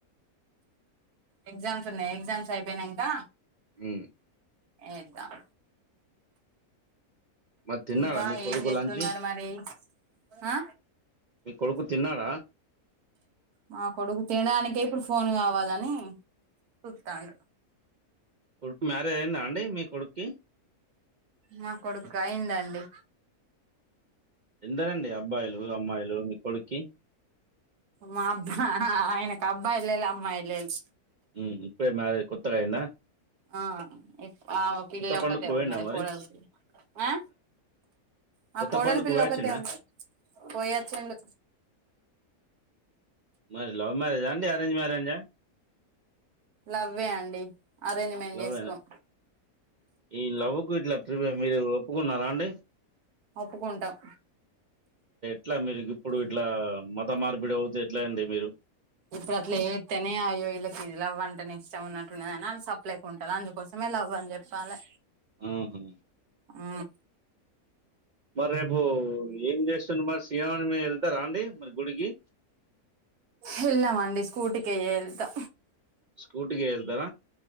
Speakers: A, on the right; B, on the right.
A: ఎగ్జామ్స్ ఉన్నాయి ఎగ్జామ్స్ అయిపోయినంకా
B: మ్
A: ఎతన్
B: మరి తిన్నాడా
A: ఇంకా
B: మీ కొడుకు
A: ఏం చేస్తున్నారు
B: లంచి?
A: మరి ఆ
B: మీ కొడుకు తిన్నాడ
A: మా కొడుకు తినడానికె ఇప్పుడు ఫోన్ కావాలని చుతాండు
B: కొడుకు మ్యారేజ్ అయిందా అండి మీ కొడుక్కి
A: నా కొడుకైందండి
B: ఎందరండి అబ్బాయిలు అమ్మాయిలు మీ కొడుక్కి
A: మా అబ్బా ఆయనకు అబ్బాయి లేరు అమ్మాయి లేరు
B: హ్మ్ ఇప్పుడే మ్యారేజ్ కొత్తగైందా
A: ఆ ఆ పిల్ల
B: పండుగ
A: ఒక్కతే
B: పోయిండా
A: ఉన్నది
B: మరి
A: కోడలకి ఆ మా
B: కొత్త
A: కోడలి
B: పండుగ
A: పిల్ల
B: పోయాచిందా
A: ఒక్కతే ఉంది పోయోచిండు
B: మరి లవ్ మ్యారేజా అండి అరేంజ్ మ్యారేజా
A: లవ్వే అండి అరేంజ్మెంట్
B: లవ్వేనా
A: చేసుకోం
B: ఈ లవ్కు ఇట్లా మీరు ఒప్పుకున్నారా అండి
A: ఒప్పుకుంటాం
B: ఇట్లా మీరు గొప్పుడు ఇట్లా మత మార్పిడి అవుతే ఎట్లా అండి మీరు
A: ఇప్పుడు అట్లా చేతేనే అయ్యో ఇళ్ళకి లవ్వ వంటనే ఇష్టం ఉన్నట్టుని అ సెపెరేట్ గా ఉంటరు అందుకోసంమె లవ్ అని చెప్పాలె
B: ఆహా
A: ఆ
B: మరి రేపు ఏం చేస్తార్ మరి సియానామె వెళ్తారా అండి మరి గుడికి
A: వెళ్ళామండి స్కూటికె ఏళ్తా
B: స్కూటికి ఎల్తవ